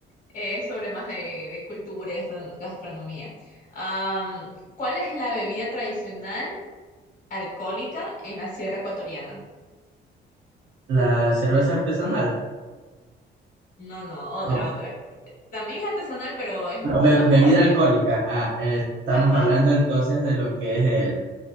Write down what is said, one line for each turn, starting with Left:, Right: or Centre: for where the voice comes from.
Left: Eh, sobre más de, de cultura y gastrono- gastronomía. Am, ¿cuál es la bebida tradicional alcohólica en la Sierra Ecuatoriana?
Right: la cerveza artesanal.
Left: No, no, otra,
Right: No,
Left: otra. También es artesanal, pero es
Right: no, be-
Left: más
Right: bebida
Left: fuerte.
Right: alcohólica. Ah, eh, estamos
Left: Ajá.
Right: hablando entonces de lo que es el.